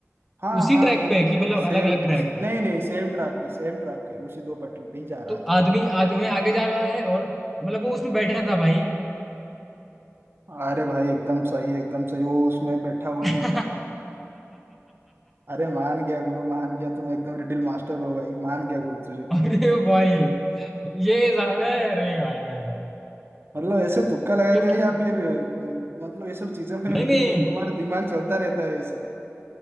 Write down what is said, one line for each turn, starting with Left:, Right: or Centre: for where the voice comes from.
Right: हाँ
Centre: उसी
Right: हाँ
Centre: ट्रैक
Right: मतलब
Centre: पे कि मतलब
Right: सेम
Centre: अलग अलग ट्रैक पे
Right: नहीं नहीं सेम ट्रैक पे सेम ट्रैक पे उसी दो पटरी पे ही जा रहा
Centre: तो
Right: था
Centre: आदमी आदमी आगे जा रहा है और मतलब वो उसमें बैठा था भाई
Right: अरे भाई एकदम सही एकदम सही वो उसमें बैठा हुआ
Centre: <laughs>
Right: ही था अरे मान गया गुरु मान गया तुम एकदम रिडिल मास्टर हो भाई मान गया गुरु तुझे
Centre: अरे भाई ये साहब अरे भाई भाई भाई
Right: मतलब ऐसे तुक्का लगा
Centre: क्योंकि
Right: के या फिर अम, मतलब ये सब चीजों में
Centre: नहीं नहीं
Right: तुम- तुम्हारा दिमाग चलता रहता है ऐसे